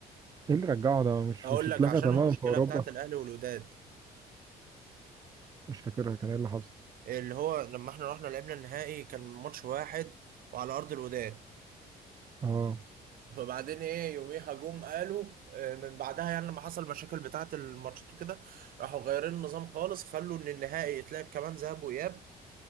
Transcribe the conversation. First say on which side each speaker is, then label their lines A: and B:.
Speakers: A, on the right (about 20°); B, on the right (about 60°).
A: ايه اللي رجعه ده مش
B: اقول
A: مش اتلغى
B: لك عشان
A: تماما
B: المشكلة
A: في اوروبا
B: بتاعت الاهلي والوداد
A: مش فاكرها كان ايه اللي حصل
B: اللي هو لما احنا رحنا لعبنا النهائي كان ماتش واحد وعلى ارض الوداد
A: اه
B: فبعدين ايه يوميها جم قالوا آه، من بعدها يعني لما حصل المشاكل بتاعت الماتشات وكده راحوا غيرين النظام خالص خلوا ان النهائي يتلعب كمان ذهاب واياب